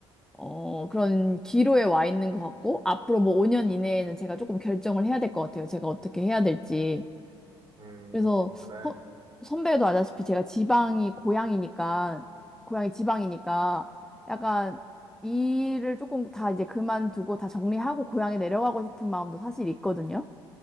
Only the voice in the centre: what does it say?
어, 그런 기로에 와 있는 것 같고, 앞으로 뭐 5년 이내에는 제가 조금 결정을 해야 될 것 같아요. 제가 어떻게 해야 될지.
그래서
허- 선배도 아다시피 제가 지방이 고향이니까, 고향이 지방이니까, 약간 일을 조금 다 이제 그만두고 다 정리하고 고향에 내려가고 싶은 마음도 사실 있거든요.